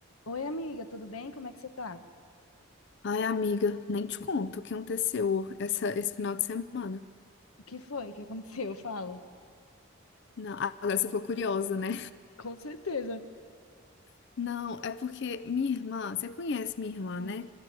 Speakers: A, on the left; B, on the left.
A: Oi, amiga, tudo bem? Como é que você tá?
B: Ai, amiga, nem te conto o que aconteceu essa, esse final de semana.
A: O que foi que aconteceu? <laughs> Fala.
B: Não, agora você ficou curiosa, né?
A: Com certeza.
B: <laughs> Não, é porque minha irmã, você conhece minha irmã,
A: Sim.
B: né?